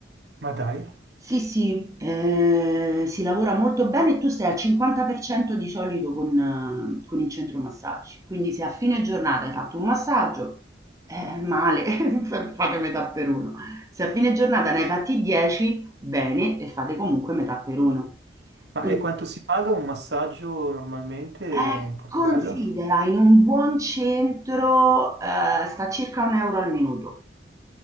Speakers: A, on the right; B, on the right.
A: Ma dai,
B: Sì, sì, eh, si lavora molto bene e tu stai al 50% di solito con, eh, con il centro massaggi. Quindi se a fine giornata hai fatto un massaggio, eh, male, <laughs> fate metà per uno. Se a fine giornata ne hai fatti 10, bene, e fate comunque metà per uno.
A: ma
B: Quindi
A: e quanto si paga un massaggio normalmente in
B: Eh,
A: Portogallo?
B: considera in un buon centro, ehm, sta circa 1 € al minuto.